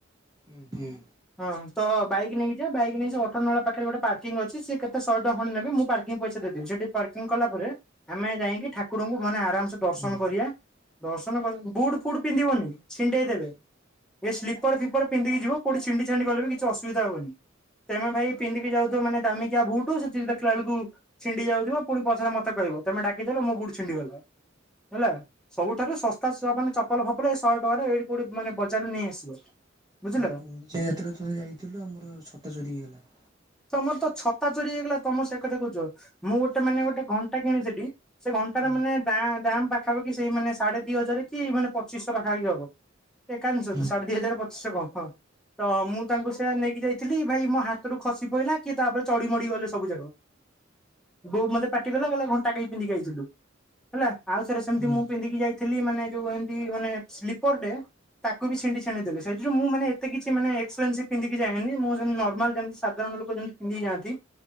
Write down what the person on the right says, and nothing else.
ହୁଁ ହୁଁ।
ହୁଁ।
ଆମେ ଗୁଙ୍ଗଡିଚିଆ ଯାତ୍ରା ଥରେ ଯାଇଥିଲୁ ଆମର ଛତା ଚୋରି ହେଇଗଲା।
ହୁଁ
ହୁଁ
ହୁଁ